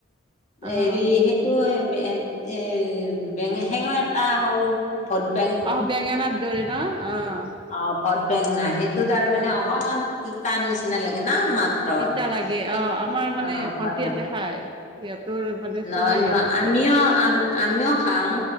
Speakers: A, on the right; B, on the left.
A: অঁ
B: হেৰি সেই তটো এ বেঙ সেও এটা সৰু ভদ <unintelligible>
A: অহ বেঙেনাত দৰে ন? অ।
B: অ ভোট বেংনা, সেইটো তাৰ মানে
A: অঁ
B: অকমান তিতা নিচিনা লাগে ন মাত? মন
A: তিতা লাগে
B: কিন অ
A: আমাৰ মানে
B: অ। <unintelligible>
A: ভন্টিহঁতে খায় সিহঁতৰ মানে
B: নহয়,
A: চলে সিহঁতৰ
B: নহয়
A: তাত
B: আমিও আমিও খাওঁ।